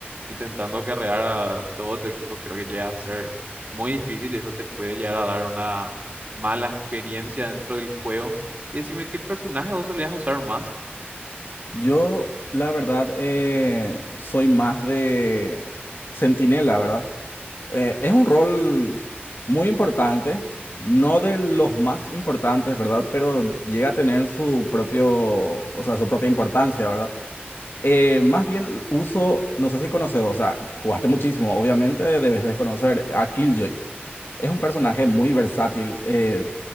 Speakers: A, on the right (about 40°); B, on the left (about 65°).
A: intentando carrear a todo tu equipo, creo que llega a ser muy difícil y eso te puede llegar a dar una mala experiencia dentro del juego. Y decime, ¿qué personaje vos solías usar más?
B: Yo, la verdad, eh, soy más de centinela, ¿verdad? Eh, es un rol muy importante, no de los más importantes, ¿verdad? Pero llega a tener su propio, o sea, su propia importancia, ¿verdad? Eh, más bien uso, no sé si conoces, o sea, jugaste muchísimo, obviamente debes desconocer a Killjoy. Es un personaje muy versátil. eh,